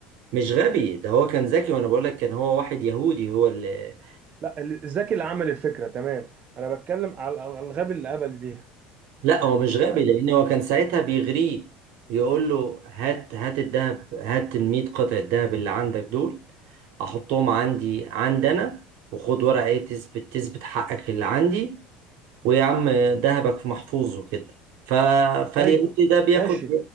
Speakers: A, on the right; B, on the right.
A: مش غبي ده هو كان ذكي وانا بقول لك كان هو واحد يهودي هو اللي,
B: لا ال- الذكي اللي عمل الفكره تمام انا بتكلم على على الغبي اللي قبل بيها
A: لا هو مش غبي
B: فاهم
A: لان هو كان ساعتها بيغريه بيقول له هات هات الذهب هات ال 100 قطعة الذهب اللي عندك دول احطهم عندي عندنا وخد ورقة ايه تثبت تثبت حقك اللي عندي ويا عم ذهبك محفوظ وكده ف فاليهودي
B: طيب
A: ده بياخد
B: ماشي